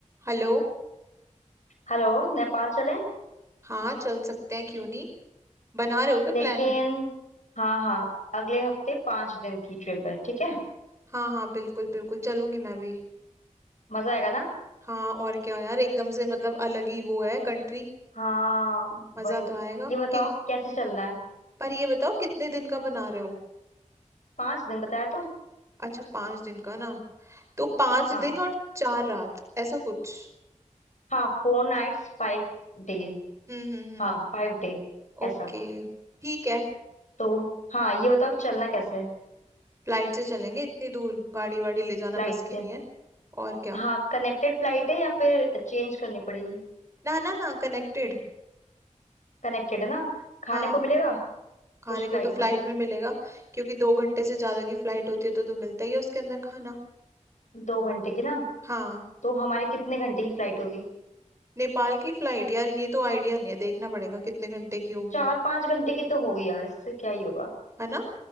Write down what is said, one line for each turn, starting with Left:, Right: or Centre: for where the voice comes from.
Right: Hello
Left: हेलो नेपाल चलें
Right: हाँ चल सकते हैं क्यों नहीं बना रहे हो क्या
Left: लेकिन
Right: प्लान
Left: हाँ हाँ अगले हफ्ते पाँच दिन की ट्रिप है ठीक है
Right: हाँ हाँ बिल्कुल बिल्कुल चलूंगी मैं भी
Left: मजा आएगा ना
Right: हाँ और क्या यार एकदम से मतलब अलग ही वो है कंट्री
Left: हाँ
Right: मजा
Left: वही
Right: तो आएगा
Left: ये बताओ
Right: कि
Left: कैसे चलना है
Right: पर ये बताओ कितने दिन का बना रहे हो
Left: पाँच दिन बताया तो
Right: अच्छा पांच दिन का ना तो पांच
Left: हाँ
Right: दिन और चार रात ऐसा कुछ
Left: हाँ फोर नाइट्स फाइव डे
Right: हम्म हम्म हम्म
Left: हाँ फाइव डे ऐसा
Right: ओके ठीक है
Left: तो हाँ ये बताओ कि चलना कैसे है
Right: फ्लाइट से चलेंगे इतनी दूर गाड़ी वाड़ी ले जाना
Left: फ्लाइट
Right: बस की
Left: से
Right: नहीं है और क्या
Left: हाँ कनेक्टेड फ्लाइट है या फिर चेंज करनी पड़ेगी
Right: ना ना ना कनेक्टेड
Left: कनेक्टेड है ना खाने
Right: हाँ
Left: को मिलेगा
Right: खाने
Left: कुछ फ्लाइट
Right: को तो फ्लाइट
Left: में
Right: में मिलेगा क्योंकि दो घंटे से ज्यादा की फ्लाइट होती है तो तो मिलता ही है उसके अंदर खाना
Left: दो घंटे की ना
Right: हाँ
Left: तो हमारे कितने घंटे की फ्लाइट होगी
Right: नेपाल की फ्लाइट यार ये तो आइडिया नहीं है देखना पड़ेगा कितने घंटे की होगी
Left: चार पांच घंटे की तो होगी यार इससे क्या ही होगा
Right: है ना